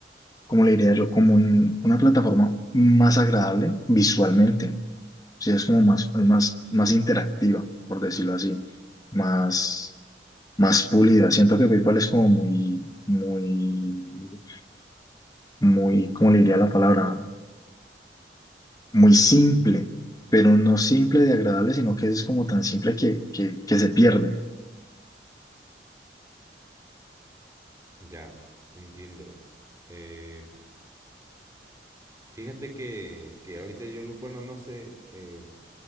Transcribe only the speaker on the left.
como le diría yo, como un- una plataforma más agradable visualmente, sí es como más, es más, más interactiva, por decirlo así, más, más pulida. Siento que PayPal es como muy, muy, muy, ¿cómo le diría la palabra? Muy simple, pero no simple de agradable, sino que es como tan simple que, que, que se pierde,